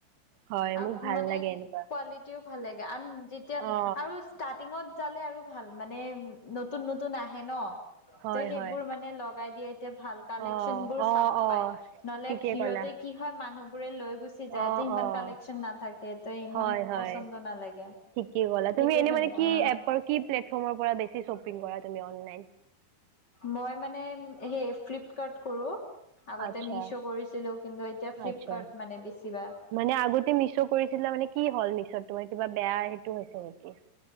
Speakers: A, on the right (about 90°); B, on the left (about 25°).
A: হয়
B: আৰু
A: মোক ভাল
B: মানে
A: লাগে এনেকুৱা
B: কোৱালিটিও ভাল লাগে আন যেতিয়া
A: অ
B: আৰু ষ্টাৰ্টিঙত চালে আৰু ভাল মানে নতুন নতুন আহে ন
A: হয়
B: ত সেইবোৰ
A: হয়
B: মানে লগাই দিয়ে এতিয়া ভাল কালেকচন
A: অ
B: বোৰ
A: অ
B: চাব
A: অ
B: পায় ললে
A: ঠিকে
B: ভিৰতে
A: ক'লা
B: কি হয় মানুহবোৰে লৈ গুচি যায়
A: অ
B: কালেকচন ৰাতি সিমান
A: অ
B: কালেকচন নাথাকে ত ইমান
A: হয় হয়
B: পচন্দ নালাগে
A: ঠিকেই ক'লা
B: সেইটো
A: তুমি এনে
B: কাৰণে
A: মানে কি
B: অ
A: এপৰ কি প্লেটফৰ্মৰ পৰা বেছি শ্বপিং কৰা তুমি অনলাইন
B: মই মানে সেই - ফ্লিপকাৰ্ট কৰোঁ
A: আচ্ছা
B: মিছো কৰিছিলোঁ কিন্তু এতিয়া ফ্লিপকাৰ্ট
A: আচ্ছা
B: মানে বেছিভাগ
A: মানে আগতে মিছো কৰিছিলে মানে কি হল মিছত তোমাৰ কিবা বেয়া সেইটো হৈছে নেকি